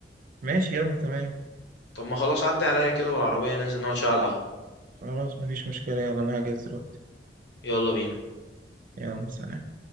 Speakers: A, on the right (about 50°); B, on the left (about 80°).
A: ماشي يلا تمام
B: طب ما خلاص عدي عليا كده بالعربية ننزل نقعد شوية على القهوة
A: خلاص مفيش مشكلة يلا انا هجهز دلوقتي
B: يلا بينا
A: يلا سلام